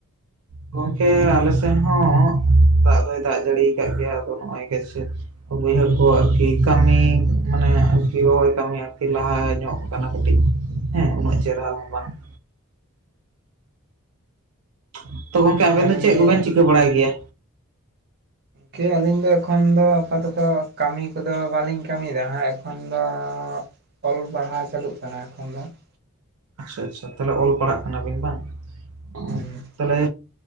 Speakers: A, on the right; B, on the right.
A: <inaudible> ᱜᱚᱝᱠᱮ ᱟᱞᱮ ᱥᱮᱱ ᱦᱚᱸ ᱫᱟᱜ ᱫᱚᱭ ᱫᱟᱜ ᱡᱟᱹᱲᱤᱭᱟᱠᱟᱫ ᱜᱮᱭᱟ ᱟᱫᱚ ᱱᱚᱸᱜ-ᱚᱭ ᱠᱟᱹᱡ ᱠᱟᱹᱡ ᱾ ᱵᱟᱹᱭᱦᱟᱹᱲ ᱠᱚ ᱟᱨᱠᱤ ᱠᱟᱹᱢᱤ ᱢᱟᱱᱮ ᱟᱨᱠᱤ ᱨᱚᱦᱚᱭ ᱠᱟᱹᱢᱤ ᱟᱨᱠᱤ ᱞᱟᱦᱟ ᱧᱚᱜ ᱟᱠᱟᱱᱟ ᱠᱟᱹᱴᱤᱡ ᱦᱮᱸ ᱩᱱᱟᱹᱜ ᱪᱮᱨᱦᱟ ᱦᱚᱸ ᱵᱟᱝ ᱾ <inaudible> ᱛᱚ ᱜᱚᱝᱠᱮ ᱟᱵᱮᱱ
B: ᱛᱟᱦᱚᱞᱮ
A: ᱫᱚ ᱪᱮᱫ
B: ᱱᱤᱭᱟᱹ
A: ᱠᱚᱵᱮᱱ ᱪᱤᱠᱟᱹ ᱵᱟᱲᱟᱭ ᱜᱮᱭᱟ?
B: ᱠᱮ ᱟᱹᱞᱤᱧ ᱫᱚ ᱮᱠᱷᱚᱱ ᱫᱚ ᱟᱯᱟᱛᱚᱛᱚ ᱠᱟᱹᱢᱤ ᱠᱚᱫᱚ ᱵᱟᱹᱞᱤᱧ ᱠᱟᱹᱢᱤᱭᱮᱫᱟ ᱦᱟᱸᱜ ᱮᱠᱷᱚᱱ ᱫᱚ ᱚᱞ ᱯᱟᱲᱦᱟᱣ ᱪᱟᱹᱞᱩᱜ ᱠᱟᱱᱟ ᱮᱠᱷᱚᱱ ᱫᱚ ᱾
A: ᱟᱪᱪᱷᱟ ᱟᱪᱪᱷᱟ ᱛᱟᱦᱞᱮ ᱚᱞ ᱯᱟᱲᱦᱟᱜ ᱠᱟᱱᱟᱵᱤᱱ ᱵᱟᱝ ᱾
B: ᱦᱩᱸ
A: <inaudible> ᱛᱟᱦᱞᱮ